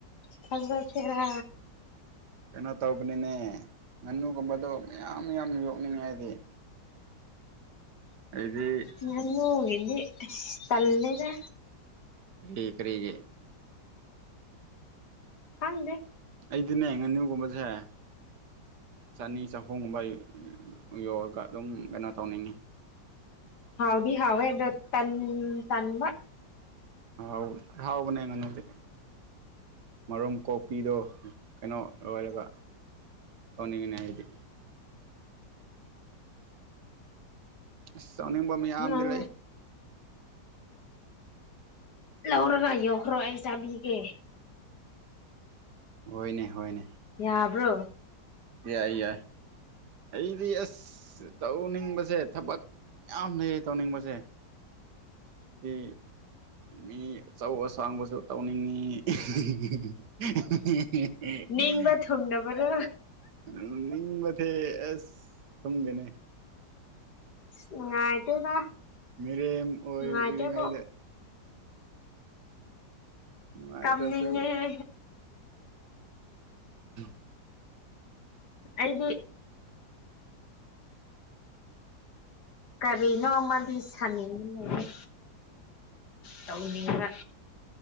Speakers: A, on the left; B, on the right.
A: ꯊꯥꯖꯁꯤꯔꯥ
B: ꯑꯁ ꯀꯩꯅꯣ ꯇꯧꯕꯅꯤꯅꯦ ꯉꯥꯅꯨꯒꯨꯝꯕꯗꯣ ꯃꯌꯥꯝ ꯃꯌꯥꯝ ꯌꯣꯛꯅꯤꯡꯉꯦ ꯑꯩꯗꯤ ꯑꯩꯗꯤ
A: ꯉꯥꯅꯨ
B: ꯑꯁ
A: ꯒꯤꯗꯤ ꯑꯁ ꯇꯜꯂꯦꯗ
B: ꯀꯔꯤ ꯀꯔꯤꯒꯤ
A: ꯈꯪꯗꯦ
B: ꯑꯩꯗꯤꯅꯦ ꯉꯥꯅꯨꯒꯨꯝꯕꯁꯦ ꯆꯅꯤ ꯆꯍꯨꯝꯒꯨꯝꯕ ꯌꯣꯛꯑꯒ ꯑꯗꯨꯝ ꯀꯩꯅꯣ ꯇꯧꯅꯤꯡꯉꯤ
A: ꯍꯥꯎꯗꯤ ꯍꯋꯥ ꯑꯦꯗꯣ ꯇꯟ ꯇꯟꯕ
B: ꯍꯥꯎꯅꯦ ꯍꯥꯎꯕꯅꯦ ꯑꯩ ꯉꯥꯅꯨꯗꯤ ꯃꯔꯨꯝ ꯀꯣꯛꯄꯤꯗ ꯀꯩꯅꯣ ꯑꯣꯏꯂ ꯑꯣꯅꯤꯉꯅꯦ ꯑꯩꯗꯤ ꯑꯁ ꯆꯥꯅꯤꯡꯕ ꯃꯌꯥꯝꯗꯤ
A: ꯅꯪ
B: ꯂꯩ
A: ꯂꯧꯔꯒ ꯌꯣꯛꯈ꯭ꯔꯣ ꯑꯩ ꯆꯥꯕꯤꯒꯦ
B: ꯍꯣꯏꯅꯦ ꯍꯣꯏꯅꯦ
A: ꯌꯥꯕ꯭ꯔꯣ
B: ꯌꯥꯏ ꯌꯥꯏ ꯑꯩꯗꯤ ꯑꯁ ꯇꯧꯅꯤꯡꯕꯁꯦ ꯊꯕꯛ ꯃꯌꯥꯝ ꯂꯩ ꯇꯧꯅꯤꯡꯕꯁꯦ ꯍꯥꯏꯗꯤ ꯃꯤ ꯑꯆꯧ ꯑꯁꯥꯡꯕꯁꯨ ꯇꯧꯅꯤꯡꯉꯤ <unintelligible>
A: ꯅꯤꯡꯕ ꯊꯨꯡꯗꯕꯔꯣ
B: ꯎꯝ ꯅꯤꯡꯕ ꯊꯦ ꯑꯁ ꯊꯨꯡꯗꯦꯅꯦ
A: ꯅꯨꯡꯉꯥꯏꯇꯦꯗ
B: ꯃꯤꯔꯦꯝ ꯑꯣꯏꯗꯤ
A: ꯅꯨꯡꯉꯥꯏꯇꯦꯕꯣ
B: ꯉꯩ ꯉꯥꯏꯇꯁꯨ
A: ꯀꯞꯅꯤꯡꯉꯦꯍꯦ
B: ꯎꯝ
A: ꯑꯩꯗꯤ ꯀꯔꯤꯅꯣ ꯃꯥꯗꯤ ꯁꯃꯤꯟ ꯂꯩ ꯇꯧꯅꯤꯡꯕ꯭ꯔ